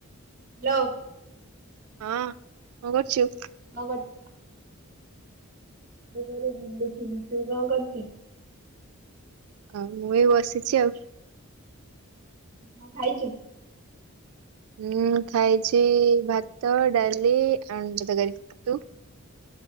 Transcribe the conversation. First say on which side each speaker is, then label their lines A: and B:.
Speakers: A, on the right (about 40°); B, on the right (about 85°).
A: <unintelligible>
B: ହଁ, କଣ କରୁଚୁ?
A: <unintelligible> <unintelligible> ବୁଲୁଥିଲି। ତୁ କଣ କରୁଚୁ?
B: ଆଉ ମୁଁ ଏ ବସିଚି ଆଉ।
A: ହଁ ଖାଇଚି।
B: ମୁଁ ଖାଇଛି ଭାତ, ଡାଲି ଆଉ। <unintelligible> ତୁ?